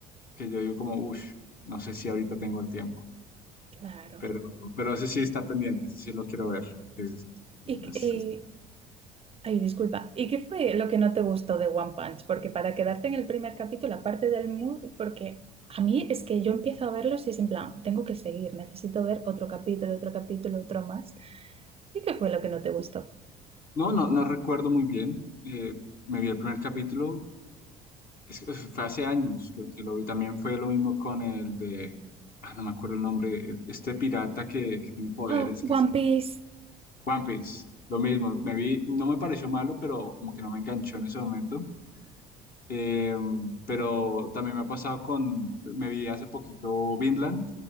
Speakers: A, on the left; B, on the right.
A: que yo digo como, uff, no sé si ahorita tengo el tiempo,
B: claro.
A: pero, pero ese sí está pendiente, ese sí lo quiero ver, porque es-
B: Y, qué-
A: es-
B: y-
A: es-
B: ay, disculpa. ¿Y qué fue lo que no te gustó de One Punch? Porque para quedarte en el primer capítulo, aparte del mood, porque a mí es que yo empiezo a verlos y es en plan, tengo que seguir, necesito ver otro capítulo, otro capítulo, otro más. ¿Y qué fue lo que no te gustó?
A: No, no, no recuerdo muy bien, eh, me vi el primer capítulo, es- es- fue hace años que, que lo vi, también fue lo mismo con el de, ah, no me acuerdo el nombre, el- este pirata que, que tiene poderes,
B: Oh, One
A: que es
B: Piece.
A: One Piece, lo mismo, me vi, no me pareció malo, pero como que no me enganchó en ese momento. Eh, pero también me ha pasado con, me vi hace poquito Vinland,